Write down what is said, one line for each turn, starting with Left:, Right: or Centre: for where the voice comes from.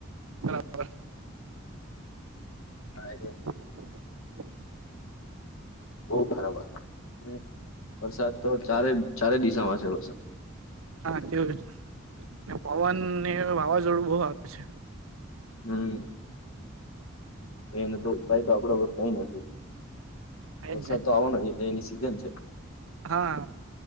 Right: બરાબર
Left: હા એજ
Right: <inaudible>
Left: બહુ ખરાબ હાલત અને વરસાદ તો ચારે ચારે દિશામાં છે વરસાદ
Right: <unintelligible> પવન ને વાવાઝોડું બહુ આવે છે.
Left: હમ એનો તો ઉપાય તો આપડા પર કઈ નથી. વરસાદ
Right: એજ ને
Left: તો આવવાનો છે એની સીઝન છે.
Right: હા